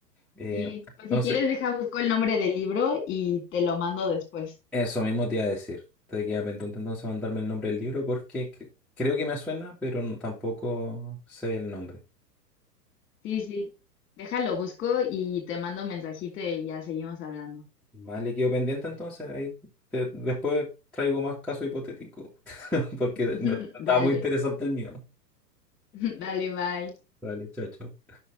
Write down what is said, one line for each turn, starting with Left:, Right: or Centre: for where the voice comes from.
Centre: Eh,
Left: sí. Pues
Centre: entonces,
Left: si quieres, deja, busco el nombre del libro y te lo mando después.
Centre: eso mismo te iba a decir. Te queda pendiente entonces mandarme el nombre del libro porque cre- creo que me suena, pero no- tampoco sé el nombre.
Left: Sí, sí. Déjalo, busco y te mando un mensajito y ya seguimos hablando.
Centre: Vale, quedo pendiente entonces. Ahí te- después traigo más casos hipotéticos. porque
Left: <laughs>
Centre: no, no estaba
Left: Dale,
Centre: muy interesante el mío.
Left: <laughs> dale, bye.
Centre: Vale, chao, chao.